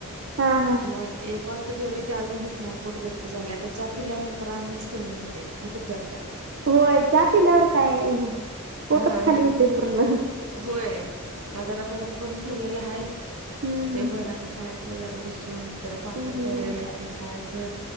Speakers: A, on the right (about 50°); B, on the right (about 75°).
A: हा हा
B: मग एक वाजता जेवले ते अजून भुकणार पोटगत झाल्या तरच्या पिल्यानंतर आम्च कमी होते बुकच जात्या
A: होय चहा पिल्यावर काय पोटच
B: हा मग
A: खाली होते पूर्ण
B: होय मग जरा भडंग करून ठेवलेलं आहे
A: हम्म
B: ते भडंग खायचं जरा बसून जरा पापड
A: हम्म हम्म.
B: तळलेला आहेत ते खायचं